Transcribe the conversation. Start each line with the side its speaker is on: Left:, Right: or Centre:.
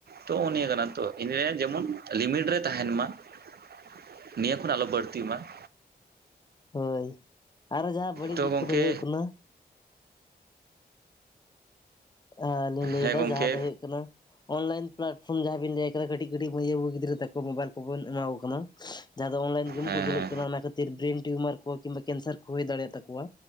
Right: ᱛᱚ ᱱᱤᱭᱟᱹ ᱠᱟᱱᱟ ᱛᱚ ᱤᱱᱟ. ᱡᱮᱢᱚᱱ ᱞᱤᱢᱤᱴ ᱨᱮ ᱛᱟᱦᱮᱱ ᱢᱟ ᱾ ᱱᱤᱭᱟᱹ ᱠᱷᱚᱱ ᱟᱞᱚ ᱵᱟᱹᱲᱛᱤᱜ ᱢᱟ ᱾
Left: ᱦᱳᱭ ᱟᱨᱚ ᱡᱟᱦᱟᱸ ᱵᱟᱹᱲᱤᱡ
Right: ᱛᱚ
Left: ᱫᱤᱠ
Right: ᱜᱚᱢᱠᱮ
Left: ᱠᱚᱫᱚ ᱦᱩᱭᱩᱜ ᱠᱟᱱᱟ ᱾ ᱟ- ᱞᱤᱧ ᱞᱟᱹᱭᱫᱟ
Right: ᱦᱮᱸ ᱜᱚᱢᱠᱮ
Left: ᱡᱟᱦᱟᱸ ᱫᱚ ᱦᱩᱭᱩᱜ ᱠᱟᱱᱟ ᱾ ᱚᱱᱞᱟᱭᱤᱱ ᱯᱞᱟᱴᱯᱷᱚᱨᱚᱢ ᱡᱟᱦᱟᱸ ᱵᱤᱱ ᱞᱟᱹᱭ ᱠᱟᱱᱟ ᱠᱟᱹᱴᱤᱡ ᱠᱟᱹᱴᱤᱡ ᱢᱟᱹᱭ ᱵᱟᱹᱵᱩ ᱜᱤᱫᱽᱨᱟᱹ ᱛᱟᱠᱚ ᱢᱳᱵᱟᱭᱤᱞ ᱠᱚᱵᱚᱱ ᱮᱢᱟ ᱠᱚ ᱠᱟᱱᱟ ᱡᱟᱦᱟᱸ ᱫᱚ ᱚᱱᱞᱟᱭᱤᱱ ᱜᱮᱢ
Right: ᱦᱮᱸ
Left: ᱠᱚ ᱠᱷᱮᱞᱳᱜ
Right: ᱦᱮᱸ
Left: ᱠᱟᱱᱟ ᱚᱱᱟ ᱠᱷᱟᱹᱛᱤᱨ ᱵᱨᱮᱱ ᱴᱤᱭᱩᱢᱟᱨ ᱠᱚ ᱠᱤᱱᱵᱟ ᱠᱮᱱᱥᱟᱨ ᱠᱚ ᱦᱩᱭ ᱫᱟᱲᱮᱭᱟ ᱛᱟᱠᱚᱣᱟ